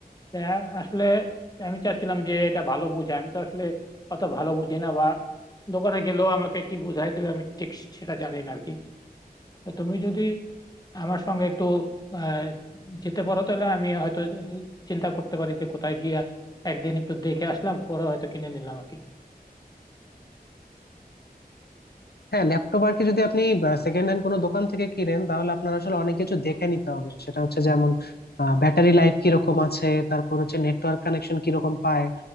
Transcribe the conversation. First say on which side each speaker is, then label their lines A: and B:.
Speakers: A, on the left; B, on the left.
A: তা আসলে আমি চাচ্ছিলাম যে এটা ভালো বুঝে আমি তো আসলে অত ভালো বুঝি না বা দোকানে গেলেও আমাকে কি বুঝাই দেবে আমি ঠিক সেটা জানি না আর কি তো তুমি যদি আমার সঙ্গে একটু আহ, যেতে পারো তাহলে আমি হয়তো চিন্তা করতে পারি যে কোথায় গিয়ে একদিন একটু দেখে আসলাম পরে হয়তো কিনে নিলাম আর কি
B: হ্যাঁ ল্যাপটপ আর কি যদি আপনি সেকেন্ড হ্যান্ড কোনো দোকান থেকে কিনেন তাহলে আপনার আসলে অনেক কিছু দেখে নিতে হবে সেটা হচ্ছে যেমন ব্যাটারি লাইফ কিরকম আছে তারপর হচ্ছে নেটওয়ার্ক কানেকশন কিরকম পায়